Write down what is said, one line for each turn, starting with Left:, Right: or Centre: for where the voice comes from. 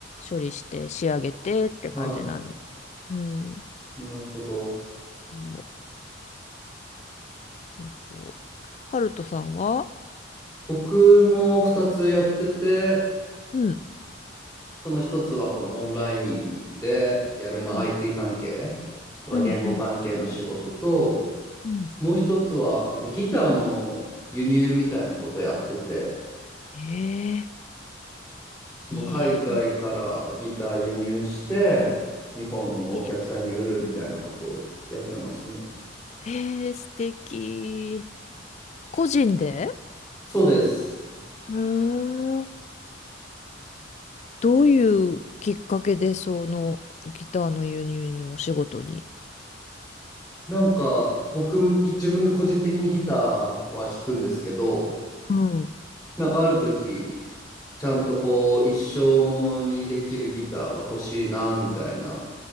Left: 処理して仕上げてって感じなんで。
Centre: は
Left: うん。
Centre: い。なるほど。
Left: そうそうそう。ハルトさんは
Centre: 僕も二つやってて、
Left: うん。
Centre: その一つはこのオンラインでやる、まあ、
Left: うん
Centre: IT 関係、とか言語関係の仕事と、
Left: うんうん。うん。
Centre: もう一つはなんかギターの輸入みたいなことやってて、
Left: ええ
Centre: その海外からギター輸入して、
Left: いいえ、
Centre: 日本のお客さんに売るみたいなことをやってますね。
Left: きええ素敵。個人で
Centre: そうです。
Left: へえ。どういうきっかけでそのギターの輸入のお仕事に
Centre: なんか僕、自分で個人的にギターは弾くんですけど、
Left: うん。
Centre: なんかある時、ちゃんとこう、一生ものにできるギターが欲しいな、みたいな